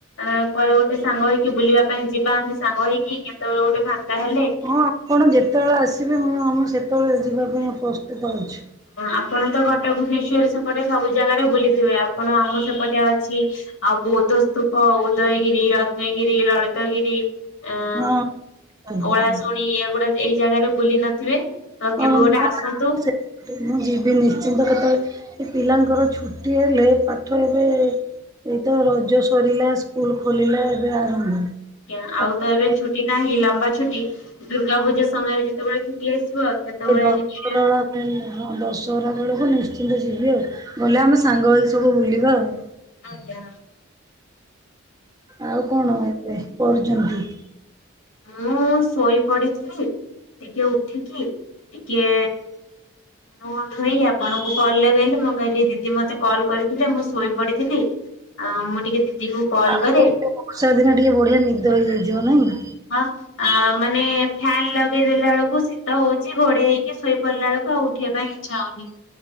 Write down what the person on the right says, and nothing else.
ହଁ ଆପଣ ଯେତେବେଳେ ଆସିବେ, ମୁଁ ଆମ ସେତେବେଳେ ଯିବା ପାଇଁ ପ୍ରସ୍ତୁତ ଅଛୁ।
ହଁ ଆଜ୍ଞା
ହଁ
ନା
ନା ମୁଁ ଯିବି ନିଶ୍ଚିନ୍ତ କେତେବେଳେ ଏ ପିଲାଙ୍କର ଛୁଟି ହେଲେ, ପାଠ ଏବେ ଏଇ ତ ରଜ ସରିଲା, ସ୍କୁଲ ଖୋଲିଲା ଏବେ ଆରମ୍ଭ।
ତାପରେ
ଏଇ <unintelligible>
ହେଲେ ହଁ, ଦଶହରା ବେଳକୁ ନିଶ୍ଚିନ୍ତ ଯିବି ଆଉ। ଗଲେ ଆମେ ସାଙ୍ଗ ହେଇକି ସବୁ ବୁଲିବା ଆଉ।
ଆଉ କଣ ଏବେ କରୁଚନ୍ତି?
ତାପରେ
ଏ ବର୍ଷା ଦିନ ଟିକେ ବଢିଆ ନିଦ ହେଇଯାଇଥିବ ନାଇଁ?